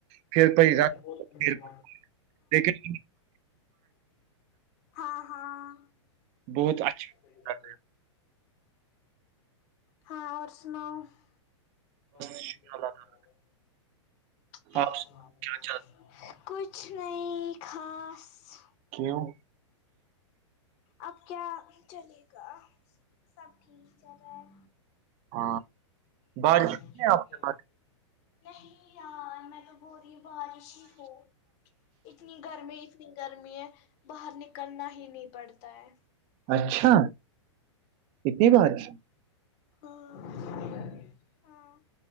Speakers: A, on the right; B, on the left.
A: پھر
B: ہاں
A: پیسہ پھر لیکن
B: ہاں ہاں
A: بہت
B: ب اچا
A: اچھا ہوتا ہے۔
B: ہاں اور سناؤ بس شوکر
A: شکر اللہ تعالیٰ۔
B: ہے اللہ تعالی
A: آپ
B: کا
A: سے
B: آپ
A: بچا
B: سنو کچھ نہیں خاص
A: کیوں
B: اب کیا چلے گا سب ٹھیک چل رہا ہے
A: ہاں
B: باریش
A: بارش ہوئی
B: ہورہی
A: ہے آپ
B: کے لاہور
A: پاس
B: میں نہیں یار میں تو ہو رہی بارش ہی ہو اتنی گرمی اتنی گرمیاں باہر نکلنا ہی نہیں پڑتا پڑتا ہے
A: اچھا اتنی بارش
B: ہاں ہاں